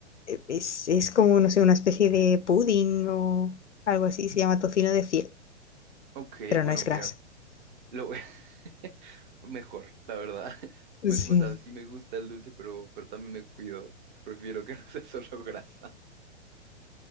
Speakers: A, on the left (about 75°); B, on the right (about 40°).
A: e- es, es como, no sé, una especie de pudding o algo así, se llama tocino de cielo.
B: Ok,
A: pero
B: bueno,
A: no es
B: mira,
A: grasa.
B: lo voy- <laughs> mejor, la verdad. <laughs> Me-
A: Sí.
B: o sea, sí me gusta el dulce, pero, pero también me cuido. Prefiero que <laughs> no sea solo grasa.